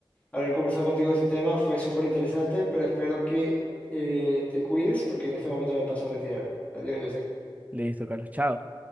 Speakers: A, on the left; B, on the right.
A: haber conversado contigo de este tema, fue súper interesante, pero espero que eh, te cuides porque en este momento me paso a retirar. Adiós, yo
B: Listo, Carlos, chao.